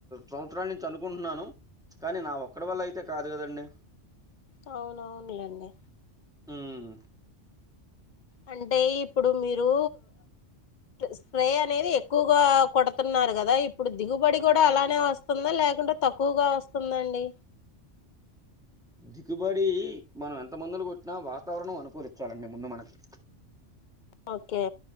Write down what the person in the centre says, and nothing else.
సంవత్సరాల నుంచి అనుకుంటున్నాను కానీ నా ఒక్కడి వల్ల అయితే కాదు గదండి
మ్మ్
దిగుబడి మనం ఎంత మందులు కొట్టినా వాతావరణం అనుకూలించాలండి ముందు మనకి